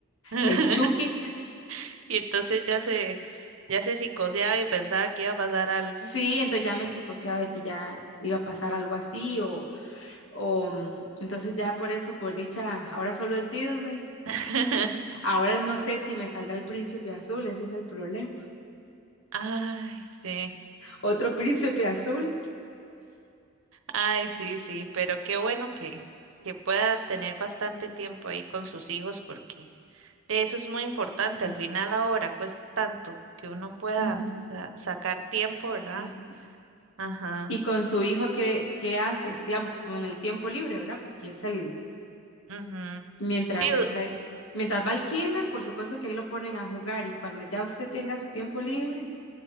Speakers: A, on the right; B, on the left.
A: <laughs>
B: el, el Chucky.
A: Y entonces ya se, ya se psicoseaba y pensaba que iba a pasar algo.
B: Sí, entonces ya me psicoseaba de que ya iba a pasar algo así o, o mm, entonces ya por eso, por dicha, ahora solo es Disney.
A: <laughs>
B: Ahora no sé si me saldrá el príncipe azul, ese es el problema.
A: Ay, sí.
B: Otro príncipe azul.
A: Ay, sí, sí, pero qué bueno que, que pueda tener bastante tiempo ahí con sus hijos porque de eso es muy importante.
B: Ujú,
A: Al final ahora cuesta tanto que uno pueda
B: ujú,
A: sa- sacar tiempo, ¿verdad?
B: Tiempo.
A: Ajá.
B: Y con su hijo, ¿qué, qué hace? Digamos, como en el tiempo libre, ¿verdad? Porque es el,
A: ujú.
B: Mientras
A: Sí, u-
B: está, mientras va al kinder, por supuesto que ahí lo ponen a jugar y cuando ya usted tenga su tiempo libre